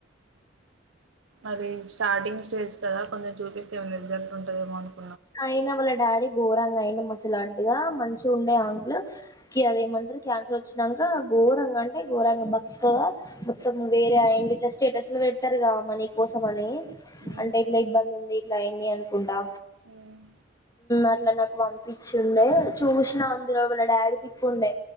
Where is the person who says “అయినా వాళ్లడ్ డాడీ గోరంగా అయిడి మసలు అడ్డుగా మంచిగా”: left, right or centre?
Left